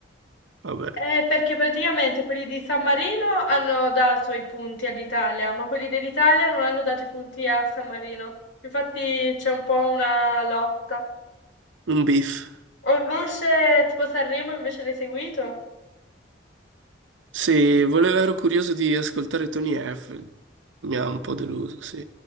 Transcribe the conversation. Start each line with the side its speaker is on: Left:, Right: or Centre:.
Right: Vabbè,
Left: Eh, perché praticamente quelli di San Marino hanno dato i punti all'Italia, ma quelli dell'Italia non hanno dato i punti a San Marino. Infatti c'è un po' una lotta.
Right: un beef.
Left: Orluce tipo Sanremo invece l'hai seguito?
Right: Sì, volevo, ero curioso di ascoltare Tony F. Mi ha un po' deluso, sì.